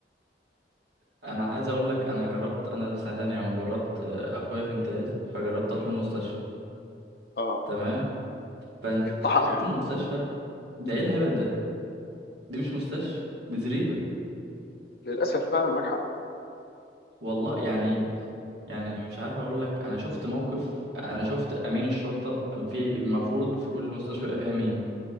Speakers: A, on the right; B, on the left.
A: انا عايز اقول لك انا جربت انا في سنه تانية جربت آه، اخويا في امتياز فجربت اروح المستشفى
B: اه
A: تمام فنزلت
B: يتطحن يعني
A: المستشفى ده ايه الهبل ده دي مش مستشفى دي زريبه
B: للاسف فعلا معاك حق
A: والله يعني يعني مش عارف اقول لك انا شفت موقف انا شفت امين الشرطه في المفروض في كل مستشفى يبقى فيه امين